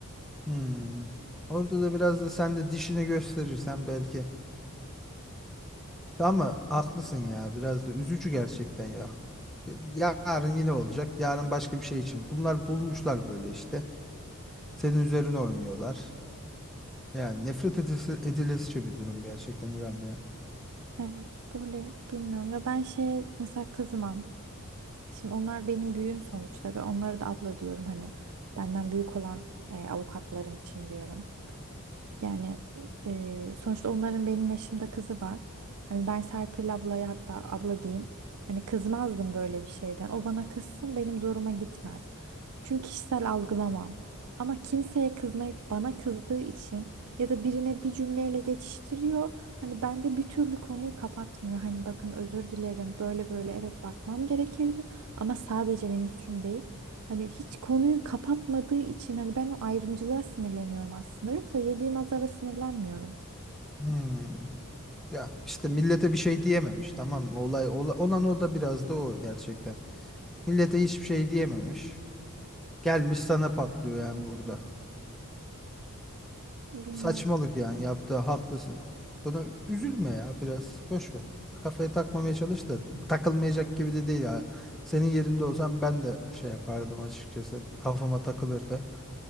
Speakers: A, in the centre; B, on the right.
A: Hmm. Orada da biraz da sen de dişini gösterirsen belki. Ama haklısın ya. Biraz da üzücü gerçekten ya. Yarın yine olacak. Yarın başka bir şey için. Bunlar bulmuşlar böyle işte. Senin üzerine oynuyorlar. Yani nefret edilesi, edilesice bir durum gerçekten İrem ya.
B: Evet böyle bilmiyorum ya ben şey mesela kızım Şimdi onlar benim büyüğüm sonuçta ve onlara da abla diyorum hani benden büyük olan e, avukatlarım için diyorum. Yani e, sonuçta onların benim yaşımda kızı var. Hani ben Serpil ablaya hatta abla diyeyim. Hani kızmazdım böyle bir şeyden. O bana kızsın benim zoruma gitmez. Çünkü kişisel algılamam. Ama kimseye kızmayıp bana kızdığı için ya da birine bir cümleyle geçiştiriyor. Hani bende bir türlü konuyu kapatmıyor. Hani bakın özür dilerim böyle böyle evet bakmam gerekirdi. Ama sadece benim suçum değil. Hani hiç konuyu kapatmadığı için hani ben o ayrımcılığa sinirleniyorum aslında. Yoksa yediğim azara sinirlenmiyorum.
A: Hmm. Ya işte millete bir şey diyememiş tamam mı? Olay ola- olan o da biraz da o gerçekten. Millete hiçbir şey diyememiş. Gelmiş sana patlıyor yani burada.
B: Bilmiyorum,
A: Saçmalık yani yaptığı haklısın. Bunu üzülme ya biraz boş ver. Kafaya takmamaya çalış da takılmayacak gibi de değil ha. Senin yerinde olsam ben de şey yapardım açıkçası. Kafama takılırdı.